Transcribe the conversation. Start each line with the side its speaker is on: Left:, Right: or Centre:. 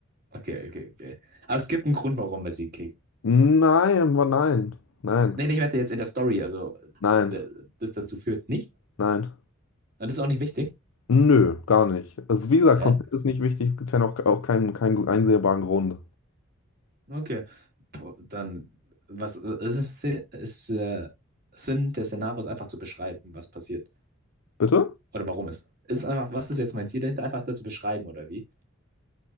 Right: Okay, okay, okay. Aber es gibt einen Grund, warum er sie kickt.
Left: Nein, wa- nein, nein,
Right: Nee, nee, ich meinte jetzt in der Story, also
Left: nein,
Right: der, das dazu führt nicht.
Left: nein.
Right: Und das ist auch nicht wichtig.
Left: Nö, gar nicht. Also wie gesagt,
Right: Hä?
Left: Konzept ist nicht wichtig. Es gibt auch, auch keinen, keinen einsehbaren Grund.
Right: Okay. Po- Dann, was, es ist, ist äh, Sinn des Szenarios einfach zu beschreiben, was passiert.
Left: Bitte?
Right: Oder warum es? Ist einfach, was ist jetzt mein Ziel dahinter? Einfach das zu beschreiben, oder wie?